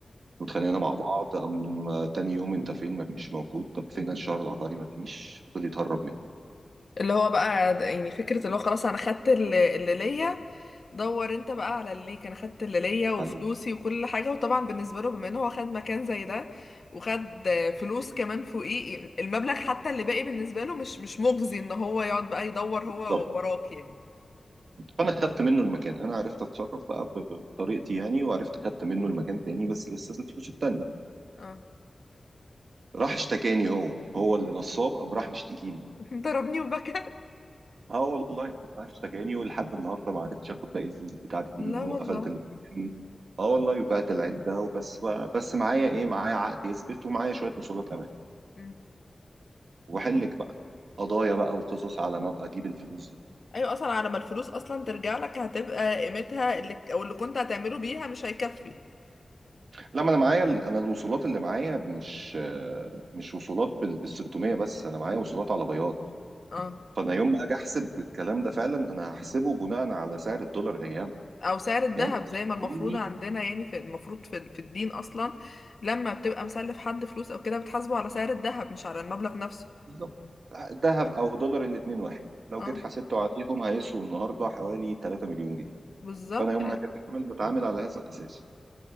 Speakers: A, on the right; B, on the left.
A: واتخانقنا مع بعض قام تاني يوم انت فين ما مش موجود طب فين الشهر العقاري ما فيش فضل يتهرب مني
B: اللي هو بقى يعني فكرة اللي هو خلاص انا خدت اللي, اللي ليا دور انت بقى على اللي ليك انا خدت اللي ليا وفلوسي
A: على-
B: وكل حاجة وطبعا بالنسبة له بما ان هو خد مكان زي ده وخد آه، فلوس كمان فوقيه المبلغ حتى اللي باقي بالنسبة له مش مش مجزي ان هو يقعد بقى يدور هو
A: بالظبط
B: وراك يعني
A: فانا خدت منه المكان انا عرفت اتصرف بقى ب- ب- بطريقتي يعني وعرفت خدت منه المكان تاني بس لسه الفلوس التانية
B: اه
A: راح اشتكاني هو هو اللي نصاب قام راح مشتكيني
B: <laughs> ضربني وبكى
A: اه والله راح اشتكاني ولحد النهارده ما عرفتش اخد باقي الفلوس بتاعتي دي
B: لا
A: منه
B: والله
A: قفلت المكان اه والله وبعت العده وبس بقى بس معايا ايه معايا عقد يثبت ومعايا شويه وصولات امان.
B: مم.
A: وحلك بقى قضايا بقى وقصص على ما ابقى اجيب الفلوس دي
B: ايوه اصلا على ما الفلوس اصلا ترجع لك هتبقى قيمتها اللي او اللي كنت هتعمله بيها مش هيكفي
A: لما انا معايا انا الوصولات اللي معايا مش مش وصولات بال بال 600 بس انا معايا وصولات على بياض
B: اه
A: فانا يوم ما اجي احسب الكلام ده فعلا انا هحسبه بناء على سعر الدولار ايامها
B: او سعر الذهب
A: يعني انت
B: زي ما المفروض
A: بتديني-
B: عندنا يعني في المفروض في, في الدين اصلا لما بتبقى مسلف حد فلوس او كده بتحاسبه على سعر الذهب مش على المبلغ نفسه
A: بالظبط ذهب او دولار الاثنين واحد لو
B: اه
A: جيت حسبته عليهم هيسووا النهارده حوالي 3 مليون جنيه
B: بالظبط
A: فانا يوم
B: ايوه
A: ما اجي اتعامل بتعامل على هذا الاساس